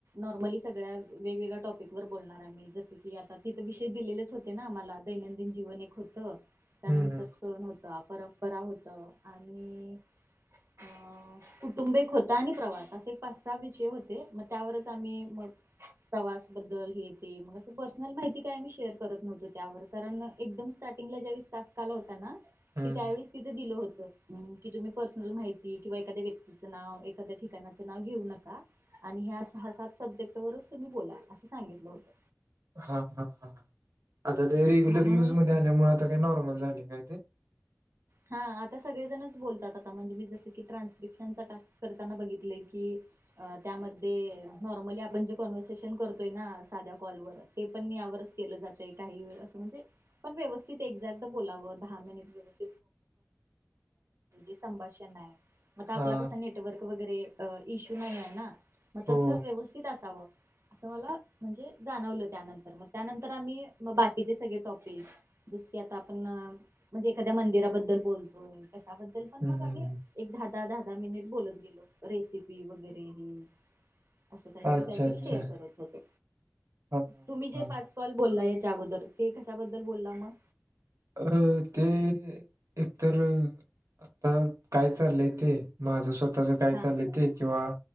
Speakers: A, on the right (about 60°); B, on the right (about 80°).
A: नॉर्मली सगळ्या वेगवेगळ्या टॉपिक वर बोलणार. जस की आता तिथं विषय दिलेलेच होते ना आमाला, दैनंदिन जीवन एक होतं
B: हम्म
A: त्यानंतर
B: हम्म
A: सण होता, परंपरा होतं, आणि
B: ह
A: अ
B: <unintelligible>
A: कुटुंब एक होता, आणि प्रवास, असे एक पाच सहा विषय होते, मग त्यावरच आम्ही मग प्रवास बद्दल हे ते मग असं पर्सनल माहिती काय आमही शेअर करत नव्हतो त्यावर, कारण एकदम स्टार्टिंगला ज्यावेळेस टास्क आला होता ना कि
B: हम्म
A: त्यावेळीस तिथे दिलं होतं, कि तुम्ही पर्सनल माहिती, किंवा एखा्या व्यक्तीचं नाव एखाद्या ठिकाणाचं नाव घेऊ नका. आणि ह्या सहा सात सब्जेक्ट वरच तुम्ही बोला, असं सांगितलं होतं.
B: हा हा हा, आता ते रेग्युलर
A: हा म्हणूनच
B: युज मध्ये आल्यामुळे, आता काही नॉर्मल झाले काय ते.
A: हा, आता सगळेजणच बोलतात, आता म्हणजे मी जस की ट्रान्स्क्रिप्शनचा टास्क करताना बघितलेय की अ त्यामध्ये, नॉर्मली आपण जे कॉन्व्हर्सेशन करतोय ना साध्या कॉलवर ते पण यावरच केलं जातय, काही व असं म्हणजे पण व्यवस्थित एक्झॅक्ट बोलावं, दहा मिनिट व्यवस्थित संभाषण हाय, मी आता आपला
B: हा
A: कसा नेटवर्क वगैरे इशू नाही आहे ना, मग
B: हो
A: तस व्यवस्थित असावं. असं मला म्हणजे, जाणवलं त्यानंतर, मग त्यानंतर आम्ही बाकीचे सगळे टॉपिक, जस की आता आपण, म्हणजे एखाद्या मंदिराबद्दल बोलतोय, कशाबद्दल पण
B: हम्म
A: मग आम्ही
B: हम्म
A: एक दहा दहा दहा दहा मिनिट बोलत गेलो, रेसिपी वगैरे, हे. असं काहीतरी
B: अच्छा
A: काहीतरी
B: अच्छा
A: शेअर करत होते,
B: हा हा
A: तुम्ही जे
B: हा
A: पाच कॉल बोललाय अगोदर, ते कशाबद्दल बोलला मग?
B: अरे ते एकतर, आता काय चाललंय ते माझं स्वतःच काय
A: हा
B: चालय ते, किंवाऽ